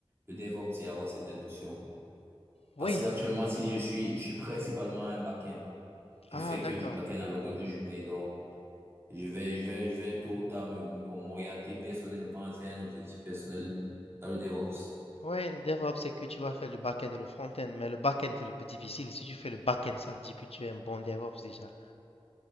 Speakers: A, on the right (about 25°); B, on the left (about 85°).
A: le DevOps et avoir certaines notions.
B: Oui.
A: Parce que actuellement, si je suis, je suis principalement un back-end. Je
B: Ah,
A: fais
B: d'accord.
A: que du back-end à longueur de journée. Donc, je vais, je vais, je vais tôt ou tard me- me- m'orienter personnellement. C'est un objectif personnel dans le DevOps.
B: Oui, le DevOps, c'est que tu vas faire le back-end et le front-end, mais le back-end, c'est le plus difficile. Si tu fais le back-end, ça veut dire que tu es un bon DevOps déjà.